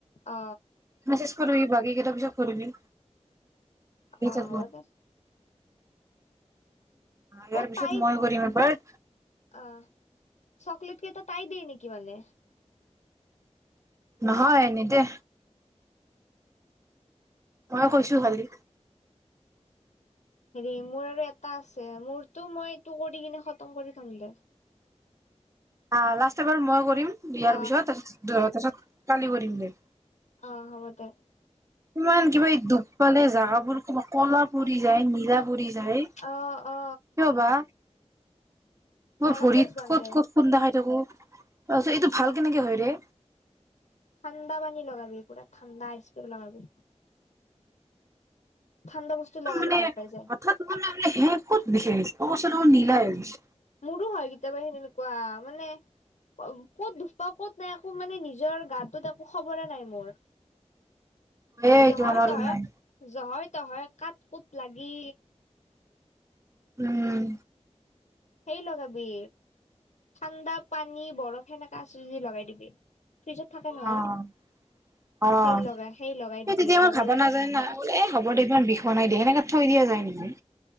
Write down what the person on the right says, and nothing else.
মেছেজ কৰিবি বাকী কেইটা পিছত কৰিবি আহি
থাকব।
ইয়াৰ
পিছত
মই কৰিম এবাৰ
নহয় নেদে মই কৈছোঁ খালী
আ লাষ্ট এবাৰ মই কৰি কৰিম ইয়াৰ
পিছত তাপিছত কালি কৰিম দে
কুমান কিবা এ দুখ পালে জাগাবোৰ ক ক'লা পৰি যায় নীৰা পৰি যায় যাই কিয়
বা মই
ভৰিত
ক'ত ক'ত খুন্দা খাই থাকো তাৰপাছত এইটো ভাল কেনেকে হয় ৰে
মানে
হঠাৎ ম মানে হে বিষাইছে অঁ ল নীলা হৈ গৈছে
এ এইটো
আমাৰ
নাই
উম
অঁ অঁ
সেই
তেতিয়া মই
ভাব
নাাজায় না এ খবৰ দে ইমান বিষ নাই দেিয় সেনেকে থৈ দিয়া যায় নেকি।